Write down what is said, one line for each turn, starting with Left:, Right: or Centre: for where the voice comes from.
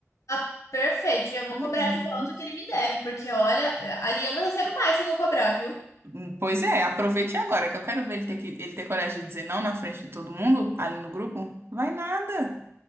Left: Ah, perfeito, já vou
Right: Uhum.
Left: cobrar de volta o que ele me deve, porque olha, é, ali eu não recebo mais se eu não cobrar, viu?
Right: Hum, Pois é, aproveite agora, que eu quero ver ele ter, que, ele ter coragem de dizer não na frente de todo mundo, ali no grupo. Vai nada.